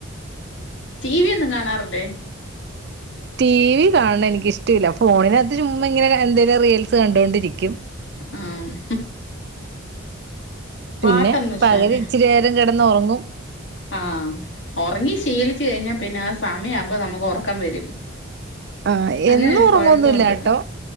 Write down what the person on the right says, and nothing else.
ടി വി കാണണെ എനിക്കക്ക് ഇഷ്ടില്ല ഫോണിനകത്ത് ചുമ്മ ഇങ്ങനെ എന്തെങ്കിലും റീൽസ് കണ്ടൊണ്ടിരിക്കും
പിന്നെ
പകല്
ഇച്ചിരി നേരം കെടന്ന് ഒറങ്ങും
ആ
എന്നും
ഉറങ്ങൊന്നുല്ല
ട്ടോ